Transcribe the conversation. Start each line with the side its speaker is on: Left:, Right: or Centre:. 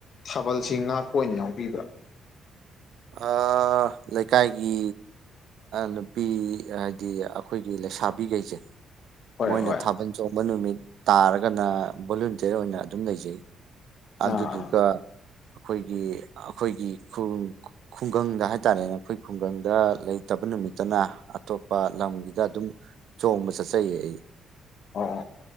Left: ꯊꯥꯕꯜꯁꯤ ꯉꯥꯛ ꯑꯣꯏꯅ ꯌꯎꯕꯤꯕ꯭ꯔꯥ
Right: ꯑꯥ ꯂꯩꯀꯥꯏꯒꯤ ꯅꯨꯄꯤ ꯍꯥꯏꯗꯤ ꯑꯩꯈꯣꯏꯒꯤ ꯂꯩꯁꯕꯤꯒꯩꯖꯦ
Left: ꯍꯣꯏ
Right: ꯃꯣꯏꯅ
Left: ꯍꯣꯏ
Right: ꯊꯥꯕꯜ ꯆꯣꯡꯕ ꯅꯨꯃꯤꯠ ꯇꯥꯔꯒꯅ ꯚꯣꯂꯨꯟꯇꯤꯌꯔ ꯑꯣꯏꯅ ꯑꯗꯨꯝ ꯂꯩꯖꯩ ꯑꯗꯨꯗꯨꯒ
Left: ꯑꯥ
Right: ꯈꯣꯏꯒꯤ ꯈꯣꯏꯒꯤ ꯈꯨꯡꯒꯪꯗ ꯍꯥꯏꯇꯥꯔꯦꯅꯦ ꯑꯩꯈꯣꯏ ꯈꯨꯡꯒꯪꯗ ꯂꯩꯇꯕ ꯅꯨꯃꯤꯠꯇꯅ ꯑꯇꯣꯞꯄ ꯂꯝꯒꯤꯗ ꯑꯗꯨꯝ ꯆꯣꯡꯕ ꯆꯠꯆꯩꯌꯦ ꯑꯩ
Left: ꯑꯣ